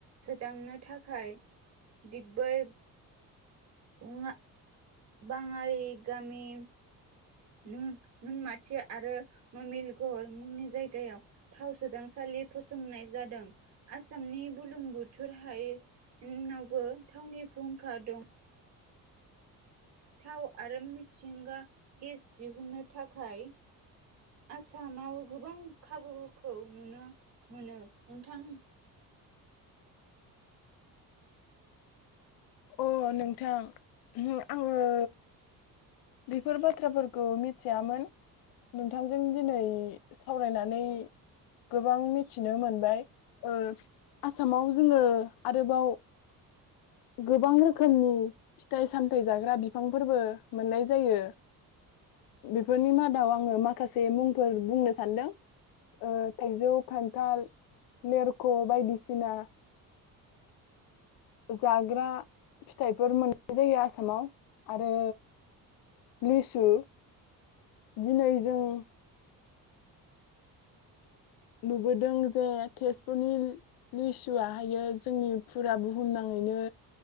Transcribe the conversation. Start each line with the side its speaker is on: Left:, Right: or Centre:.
Right: सोदांनो थाखाय दिगबै बङा बाङालि गामि नुन नुनमाथि आरो नमिलगर मुंनि जायगायाव थाव सोदां सालि फसंनाय जादों आसामनि बुलुंबुथुर हाय एनावबो थावनि फुंखा दं। थाव आरो मिसिंगा गेस दिहुनन्नो थाखाय आसामाव गोबां खाबु खौ नुनो मोनो नोंथां
Left: अ नोंथां ओंहो आङो बिफोर बाथ्राफोरखौ मिथियामोन नोंथांजों दिनै सावरायनानै गोबां मिथिनो मोनबाय ओ आसामाव जोङो आरोबाव गोबां रोखोमनि फिथाइ सामथायाइ जाग्रा बिफांफोरबो मोननाय जायो बेफोरनि मादाव आङो माखासे मुंफोर बुंनो सानदों ओ थाइजौ खान्थाल लेरख' बायदिसिना जाग्रा फिथाइफोर मोननाय जायो आसामाव आरो लिसु दिनै जों नुबोदों जे तेजपुरनि लिसुआहायो जोंनि फुरा बुहुमनाङैनो